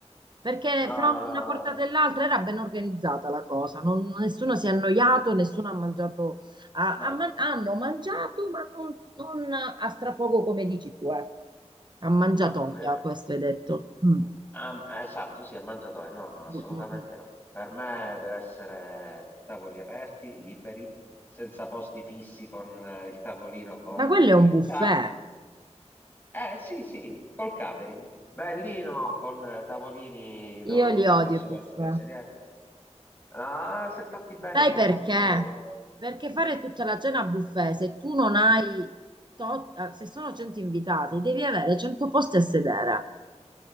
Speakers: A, on the right; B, on the left.
A: perché
B: no,
A: fra una
B: no,
A: portata
B: no,
A: e l'altra era ben organizzata la cosa. non- nessuno si è annoiato, nessuno ha mangiato, ha-
B: no,
A: ha man- hanno mangiato, ma non, non a strafogo come dici tu, ecco. A mangiatoia,
B: no. Eh,
A: questo hai detto. Mm.
B: ehm, esatto, sì, a mangiatoia, no, no, assolutamente
A: Mm, mm, mm.
B: no. Per me deve essere tavoli aperti, liberi, senza posti fissi con eh, il tavolino con
A: Ma quello è un buffet.
B: Ta- Eh sì, sì, col catering. Bellino, con eh, tavolini dove
A: Io
B: uno
A: li
B: ti vuole,
A: odio
B: si
A: i
B: vuole
A: buffet.
B: sedere, sedere. Ah, se fatti bene
A: Sai
B: sono
A: perché?
B: molto...
A: Perché fare tutta la cena a buffet, se tu non hai, tot- se sono 100 invitati, devi avere 100 posti a sedere.